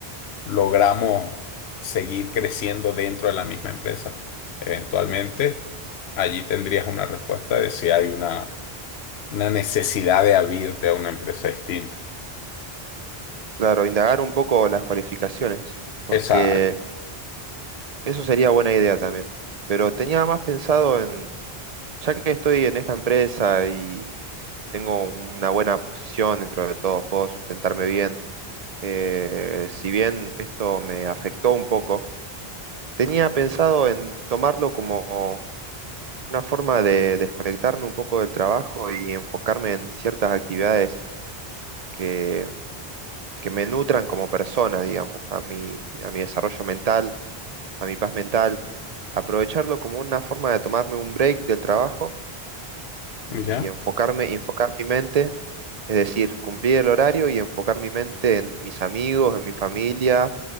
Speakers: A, on the left (about 80°); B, on the right (about 45°).
A: logramos seguir creciendo dentro de la misma empresa. Eventualmente, allí tendrías una respuesta de si hay una, una necesidad de abrirte a una empresa distinta.
B: Claro, indagar un poco las cualificaciones, porque
A: Exacto.
B: eso sería buena idea también. Pero tenía más pensado en, ya que estoy en esta empresa y tengo una buena posición dentro de todo, puedo sustentarme bien. eh, si bien esto me afectó un poco, tenía pensado en tomarlo como una forma de desconectarme un poco del trabajo y enfocarme en ciertas actividades que, que me nutran como persona, digamos, a mi, a mi desarrollo mental, a mi paz mental. Aprovecharlo como una forma de tomarme un break del trabajo y
A: ¿Ya?
B: enfocarme, y enfocar mi mente, es decir, cumplir el horario y enfocar mi mente en mis amigos, en mi familia